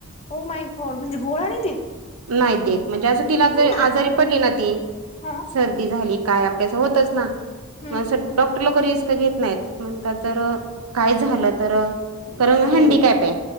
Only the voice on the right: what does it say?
नाही देत म्हणजे असं तिला
जे आजारी पडली ना ती
सर्दी झाली काय आपल्यास होतच ना
म अस, डॉक्टर लोक रिस्क घेत नाहीत म्हणतात जर काय झालं तर कारण
हँडीकॅप ये,